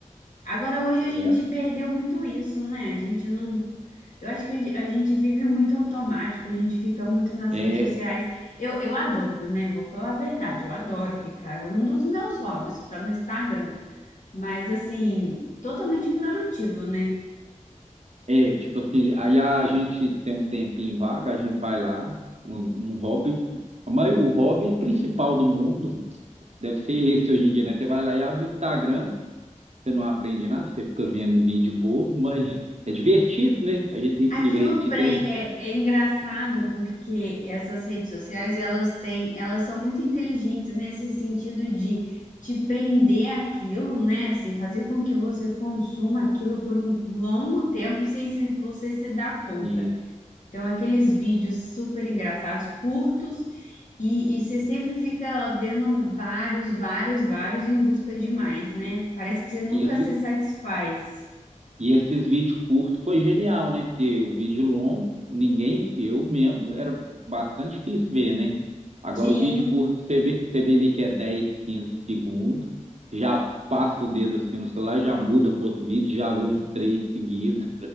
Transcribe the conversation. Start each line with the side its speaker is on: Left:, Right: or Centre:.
Left: Agora, hoje a
Right: É,
Left: gente perdeu muito isso, né? A gente não. Eu acho que a ge- a gente vive muito automático, a gente fica muito nas
Right: é,
Left: redes sociais. Eu, eu adoro, né? Vou falar a verdade, eu adoro ficar. É um dos meus hobbies, ficar no Instagram. Mas, assim, totalmente improdutivo, né?
Right: é, tipo assim, aí a gente tem um tempinho vaga, a gente vai lá, um, um hobby, mas o hobby principal do mundo deve ser esse hoje em dia, né? Você vai lá e abre o Instagram, você não aprende nada, você fica vendo um vídeo bobo, mas <laughs> é divertido, né? A gente tem
Left: Aquilo
Right: que se divertir
Left: pre-
Right: também.
Left: é, é engraçado porque essas redes sociais, elas têm, elas são muito inteligentes nesse sentido de te prender aquilo, né? Assim, fazer com que você consuma aquilo por um longo tempo sem se- você se dar conta.
Right: Isso.
Left: Então, aqueles vídeos super engraçados, curtos, e, e você sempre fica vendo vários, vários, vários em busca de mais, né? Parece que você nunca
Right: E, esse,
Left: se satisfaz.
Right: e esses vídeos curtos foi genial, né? Porque o vídeo longo, ninguém, eu mesmo, era bastante difícil ver, né? Agora
Left: Sim,
Right: o vídeo curto, você vê, você vê ali que é 10, 15 segundos, já passa o dedo assim no celular, já muda para outro vídeo, já vê uns três seguidos,